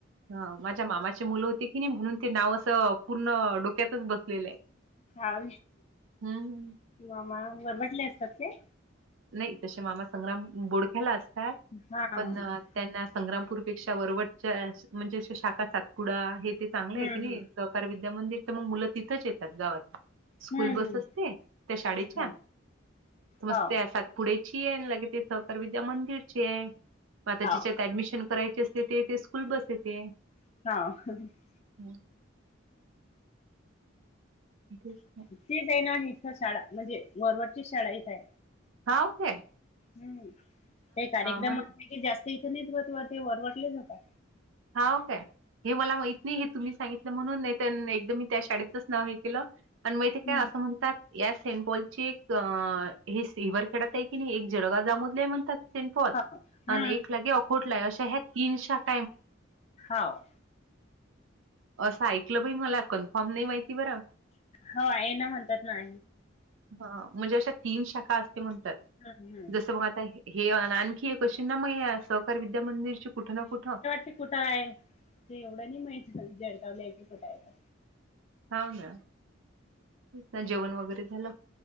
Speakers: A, on the right; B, on the left.
A: हा माझ्या मामाचे मुलं होते कीनी म्हणून ते नाव असं. पूर्ण डोक्यातच बसलेलं आहे
B: हा
A: हम्म हम्.
B: मामा वरवटंले असतांत ते
A: नाहीं तसें मामा संग्रांम बोडख्यांला असतांत
B: हा हम्म
A: पणं अ त्यांनां संग्रांमपूरपेक्षां वरवटच्यां म्हणजे शाखां सातपुडा हे ते चांगलं आहे
B: हम्म
A: की नाहीं सहकांर विद्यामंदिर तरं मंग मुलं तिथंच येतातं गावांत. स्कूंल
B: हम्म
A: बसं
B: हम्म
A: असतें त्यां शाळेच्यां
B: हो
A: समंस्
B: हो
A: सातपुढेची आहे लगे ते सहकार विद्या मंदिरची आहे मं आतां
B: हो
A: जिच्यांत ऍडमिशन करांयची असं येते तेे स्कूंल बसं येते.
B: हां
A: हम्मं तूंचं पांय
B: तेचं आहे नां इथं शाळां म्हणजे वरवरची शाळां इथं आहे.
A: हांव कायं
B: हम्मं कायं कार्यक्रम
A: मग
B: असले की जास्तं इथे नाही होतं वरवटलेचं होतां.
A: हांव कायं हे मलां माहीत नाहीं हे तुम्हीं सांगितल म्हणूंन नाहीं तरं एकदंम मी त्यां शाळेचंच नांव हे केलं आणि माहिते कायं
B: हम्म
A: असं म्हणतांत या सेंट पॉलची एक अ हे सिल्व्हर अडतं हांय की नाहीं एक जळगांव जामोद ले आहे म्हणतांत सीणंपॉल
B: हो हम्म
A: आणि एक लागे अकोटले अशा ह्यां तीनं शाखां
B: हांव
A: असं ऐकलं बांई मलां कन्फार्म नाहीं माहिती बरं
B: हो आहे नां म्हणतांत नां
A: हं म्हणजे अशा तीनं शाखां असते म्हणतांत
B: हम्म
A: जसं मंग आतां हे अनं आणखी एक कशी नां मं यां सहकांर विद्या मंदिरची कुठं ना कुठं.
B: ते कुठं आहे ते एवढं नाहीं माहित जळगांवले आहे की कुठं आहे तरं
A: हांव नां जेवणं वगैरें झालं.